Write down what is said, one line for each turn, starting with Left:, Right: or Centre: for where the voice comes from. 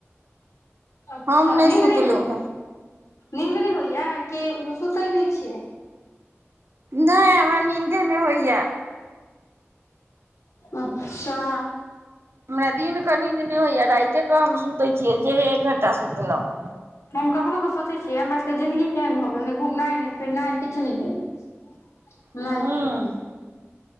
Left: अच्छा
Right: हम
Left: नीन्द
Right: सुतलहुँ
Left: नहि
Right: हेँ
Left: नीन्द नहि होइया कि सुतै नहि छियै
Right: नहि हमरा नींदे नहि होइया
Left: अच्छा
Right: हमरा दिनके नीन्द नहि होइए राते कऽ हम सुतै छियै जेएक घण्टा सुतलहुँ
Left: हम कखनहु कऽ सोचे छिये हमर सबके जिंन्दगी केहन भऽ गेल नहि घुमनाइ नहि फिरनाइ किछु नहि भेल <inaudible> लाइफ
Right: हूँ
Left: मऽ